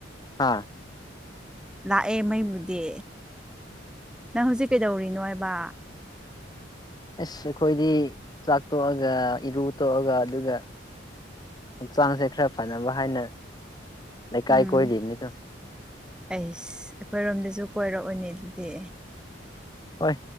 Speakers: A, on the left; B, in the centre.
A: ꯍꯥꯥ
B: ꯂꯥꯛꯑꯦ ꯃꯩꯕꯨꯗꯤ ꯅꯪ ꯍꯧꯖꯤꯛ ꯀꯩꯗꯧꯔꯤꯅꯣ ꯍꯥꯏꯕ
A: ꯑꯁ ꯑꯩꯈꯣꯏꯗꯤ ꯆꯥꯛ ꯇꯣꯛꯑꯒ ꯏꯔꯨ ꯇꯣꯛꯑꯒ ꯑꯗꯨꯒ ꯍꯛꯆꯥꯡꯁꯦ ꯈꯔ ꯐꯅꯕ ꯍꯥꯏꯅ ꯂꯩꯀꯥꯏ
B: ꯎꯝ
A: ꯀꯣꯏꯔꯤꯕꯅꯤꯗ
B: ꯑꯩꯁ ꯑꯩꯈꯣꯏꯔꯣꯝꯗꯁꯨ ꯀꯣꯏꯔꯛꯑꯣꯅꯦ ꯑꯗꯨꯗꯤ
A: ꯍꯣꯏ